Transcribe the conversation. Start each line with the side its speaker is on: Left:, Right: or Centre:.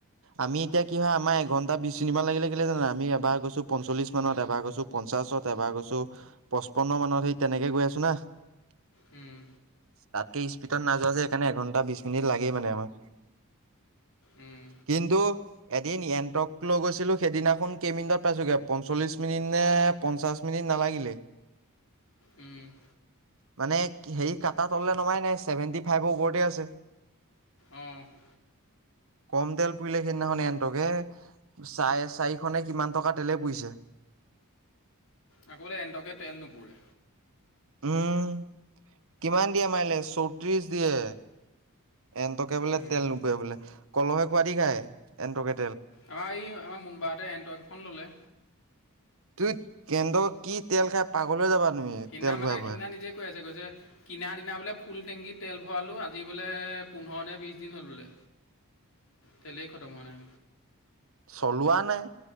Right: আমি এতিয়া কি হয় আমাৰ এঘন্টা বিছ মিনিট মান লাগে <unintelligible> আমি এবাৰ গছ পঞ্চলিশ মানত এবাৰ গৈছো পঞ্চাছত এবাৰ গৈছো পঁচপন্ন মানত সেই তেনেকে গৈ আছো। <unintelligible>
Left: উম,
Right: তাতকে স্পীডত নাযোৱা যে সেইকাৰণে এঘণ্টা বিশ মিনিট লাগেই মানে আমাক
Left: উম,
Right: কিন্তু এদিন এনণ্টক লৈ গৈছিলো সেইদিনাখন কেইমিনিটত পাইছোগে পঞ্চল্লিশ মিনিট নে পঞ্চাশ মিনিট নালাগিলে
Left: উম
Right: মানে হেৰি কাটা তললে নমাই নাই চছেভেনটি ফাইভৰ ওপৰতে আছে।
Left: অৱ
Right: কম তেল পুৰিলে সেইদিনাখন এনন্টাৰ্কে চাই চাৰি খনে কিমান টকা তেলে পুইছে
Left: আকৌ বোলে এণ্টকে তেল নুপুৰে
Right: উম কিমান দিয়ে মাৰিলে চৌত্ৰিশ দিয়ে এনটকে বোলে
Left: উম।
Right: তেল নুপুৰে বোলে। কলহে খোৱদি খায় এনন্টাৰ্কে
Left: আমাৰ এই আমাৰ মুনবাৰাহঁতে এনটৰ্ক এখন ললে
Right: ত কেন্দ্ৰ কি তেল খাই পাগলৈ যাবা তুমি
Left: সিনা
Right: তেল
Left: মানে
Right: ভৰাই ভৰাই
Left: সিদিনা নিজে কৈ আছে কৈছে কিনা দিনা বোলে ফুল টেংকিত তেল ভৰালোঁ আজি বোলে পোন্ধৰ নে বিছ দিন হ'ল বোলে
Right: <inaudible>
Left: তেলে খট হোৱা নাই
Right: চলোৱা নাই।